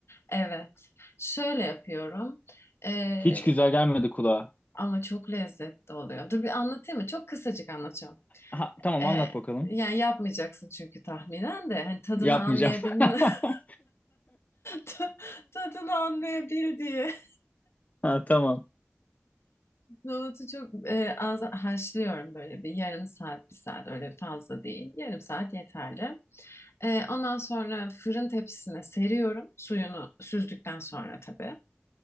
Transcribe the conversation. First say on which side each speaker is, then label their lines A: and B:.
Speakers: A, on the left; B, on the left.
A: Evet. Şöyle yapıyorum. Ee,
B: Hiç güzel gelmedi kulağa.
A: ama çok lezzetli oluyor. Dur bir anlatayım mı? Çok kısacık anlatacağım.
B: Ha, tamam
A: Ee,
B: anlat bakalım.
A: yani yapmayacaksın çünkü tahminen de. Hani tadını
B: Yapmayacağım.
A: anlayabilme,
B: <laughs>
A: <laughs> ta- tadını anlayabil diye.
B: Ha, tamam.
A: Nohutu çok e, az haşlıyorum böyle bir yarım saat, bir saat öyle fazla değil. Yarım saat yeterli. Ee, ondan sonra fırın tepsisine seriyorum. Suyunu süzdükten sonra tabii.